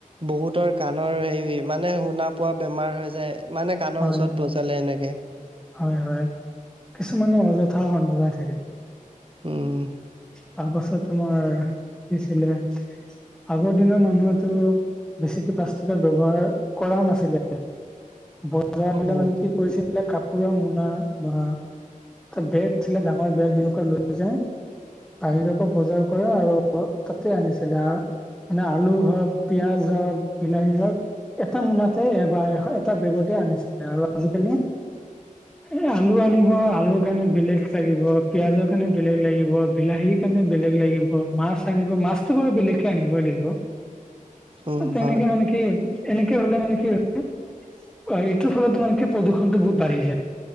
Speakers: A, on the right (about 40°); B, in the centre.
A: বহুতৰ কাণৰ হেৰি মানে শুনা পোৱা বেমাৰ হৈ যায় মানে কাণৰ
B: হয়
A: ওচৰত <unintelligible> এনেকে
B: হয় - হয়, কিছুমানে অযথাও হৰ্ন বজাই থাকে
A: উম
B: তাৰপাছত তোমাৰ কি আছিলে? আগৰ দিনৰ মানুহেটো বেছিকে প্লাষ্টিকৰ ব্যৱহাৰ কৰা নাছিলে বজাৰ হলে
A: উম
B: মানে কি কৰিছিলে কাপ পুৰা মোনা বা এটা বেগ আছিলে ডাঙৰ বেগ এনেকুৱা লৈ যায় বাহিৰৰ পৰা বজাৰ কৰে আৰু তাতে আনিছিলে মানে আলু হওক, পিয়াজ হওক, বিলাহী হওক এটা মোনাতে এ বা এ এটা বেগতে আনিছে আৰু আজিকালি এ আলু আনিব আলুৰ কাৰণে বেলেগ লাগিব, পিয়াজৰ কাৰণে বেলেগ লাগিব, বিলাহী কাৰণে বেলেগ লাগিব, মাছ আনিব, মাছতো বাৰু বেলেগকে আনিবই লাগিব।
A: উম
B: তেনেকে
A: হয়
B: মানে কি কি এনেকে হলে মানে কি হয় অ', এইটোৰ ফলতো মানে কি প্ৰদূষণটো বহুত বাঢ়ি যায়।